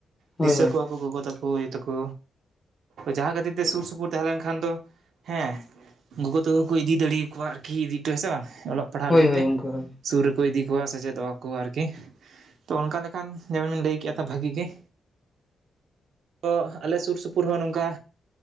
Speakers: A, on the right; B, on the left.
A: ᱫᱤᱥᱟᱹ
B: ᱦᱳᱭ
A: ᱠᱚᱣᱟ ᱠᱚ ᱜᱚᱜᱚ ᱛᱟᱠᱚ ᱭᱩ ᱛᱟᱠᱚ ᱡᱟᱦᱟᱸ ᱠᱷᱟᱹᱛᱤᱨ ᱛᱮ ᱥᱩᱨ ᱥᱩᱯᱩᱨ ᱛᱟᱦᱮᱸ ᱞᱮᱱᱠᱷᱟᱱ ᱫᱚ ᱦᱮᱸ ᱜᱚᱜᱚ ᱛᱟᱠᱚ ᱠᱚ ᱤᱫᱤ ᱫᱟᱹᱲᱮᱭᱟᱠᱚᱣᱟ ᱟᱨᱠᱤ ᱤᱫᱤ ᱦᱚᱴᱚ ᱦᱮᱸᱥᱮ ᱵᱟᱝ ᱚᱞᱚᱜ ᱯᱟᱲᱦᱟᱣ
B: ᱦᱳᱭ
A: ᱞᱟᱹᱜᱤᱫ
B: ᱦᱳᱭ
A: ᱛᱮ,
B: ᱜᱚᱝᱠᱮ ᱦᱳᱭ
A: ᱥᱩᱨ ᱨᱮᱠᱚ ᱤᱫᱤ ᱠᱚᱣᱟ ᱥᱮᱪᱮᱫᱚᱜ ᱠᱚ ᱟᱨᱠᱤ᱾ ᱛᱚ ᱚᱱᱠᱟ ᱞᱮᱠᱷᱟᱱ ᱡᱮᱢᱚᱱᱤᱧ ᱞᱟᱹᱭ ᱠᱮᱜᱼᱟ ᱠᱟᱛᱷᱟ ᱛᱚ ᱵᱷᱟᱜᱤ ᱜᱮ ᱛᱚ ᱟᱞᱮ ᱥᱩᱨ ᱥᱩᱯᱩᱨ ᱦᱚᱸ ᱱᱚᱝᱠᱟ